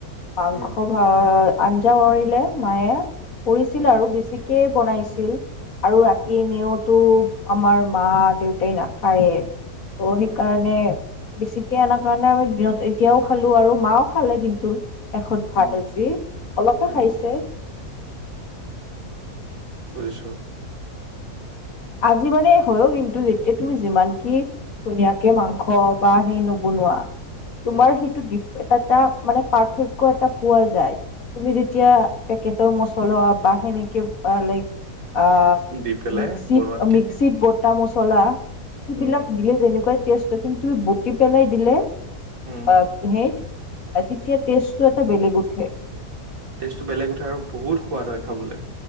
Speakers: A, on the left; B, on the right.
A: মাংস
B: উম
A: ভ' আঞ্জা কৰিৰিলে মায়ে কৰিছিল
B: উম
A: আৰু বেছিক কে বনাইছিল আৰু ৰাতি
B: উম
A: এনেইতো আমাৰ মা দেউতাই নাখায় ত'
B: উম
A: সেইকাৰণে বেছিকে আনা কাৰণে আমি দিনত এতিয়াও খালো আৰু মাও খালে কিন্তু এষত
B: উম
A: ভাত আজি অলপে
B: উম
A: খাইছে
B: বুজিছোঁ
A: আজি মানে হয় কিন্তু যেতিয়া তুমি যিমান কি ধুনীয়াকে মাংস বা সেই নবনোৱা তোমাৰ
B: উম
A: সেইটো এটা এটা মানে পাৰ্থক্য এটা পোৱা যায়। তুমি যেতিয়া পেকেটৰ মচলা বা সেনেকে লাইক আ,
B: দি পেলাই
A: মিক্সিত
B: বনোৱাতকে
A: মিক্সিত বটা মছলা সিবিলাক
B: উম
A: দিলে যেনে তেনেকৈ টেষ্টটো কিন্তু বুটি পেলাই দিলে
B: উম
A: অ, হেইত তেতিয়া টেষ্টটো এটা বেলেগ উঠে।
B: টেষ্টটো বেলেগ উঠে আৰু বহুত সোৱাদ হয় খাবলৈ।